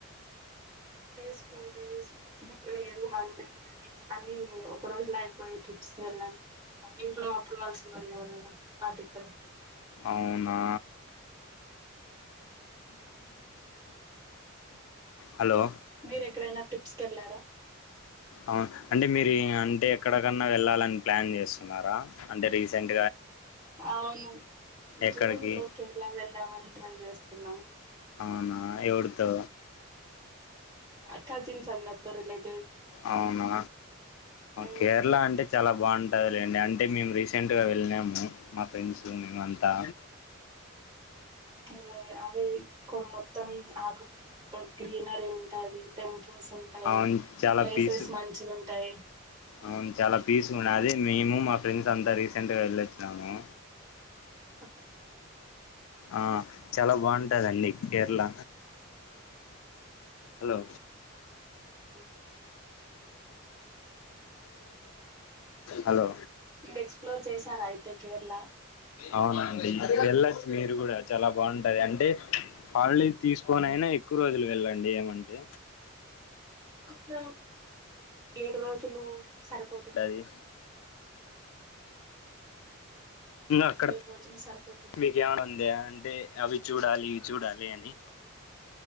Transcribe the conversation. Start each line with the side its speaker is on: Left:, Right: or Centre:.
Right: Three days four days లేదు. వన్ డే అన్ని ఒక రోజులా అయిపోయాయి ట్రిప్స్. వెళ్ళాలి ఇంట్లో అప్పుడు వలసి వాళ్ళు ఎవ్వాలద పాటిక్క
Left: అవునా హలో
Right: మీరు ఎక్కడైనా ట్రిప్స్ కి వెళ్ళారా
Left: అవు అంటే మీరు అంటే ఎక్కడకన్నా వెళ్ళాలని ప్లాన్ చేస్తున్నారా అంటే రీసెంట్
Right: అవును
Left: ఎక్కడికి
Right: జూన్ లో కేరళ వెళదామని ట్రై చేస్తున్నాము.
Left: అవునా ఎవడుతో
Right: ఆ కజన్స్ అందరితో రిలేట్
Left: అవునా
Right: ఉమ్,
Left: కేరళ అంటే చాలా బాగుంటుందలేండి. అంటే మేము రీసెంట్గా వెళ్ళినాము. మా ఫ్రెండ్స్ మేము అంతా.
Right: అకే యాభై కొ మొత్తం ఆగ ఇప్పుడు గ్రీనరీ ఉంటాది. టెంపుల్స్ ఉంటాయి.
Left: అవును చాలా
Right: ప్లేసెస్
Left: పీస్
Right: మంచిగ ఉంటాయి
Left: అవును చాలా పీస్ ఉన్నా అది మేము మా ఫ్రెండ్స్ అంతా రీసెంట్ గా వెళ్ళొచ్చినాము.
Right: పత
Left: ఆ చాలా బాగుంటదండి కేరళ హలో
Right: హలో
Left: హలో
Right: మీరు ఎక్స్ప్లోర్ చేసారా అయితే కేరళ
Left: అవునండి వెళ్ళొచ్చు. మీరు కూడా చాలా బాగుంటది. అంటే పళ తీసుకోనైనా ఎక్కువ రోజులు వెళ్ళండి ఏమంటే
Right: అక్కడ ఏడు రోజులు సరిపోతుంద
Left: అది ఇగ అక్కడ
Right: రోజులు సరిపోతుందా
Left: మికమైన ఉంద అంటే అవి చూడాలి ఇవి చూడాలి అని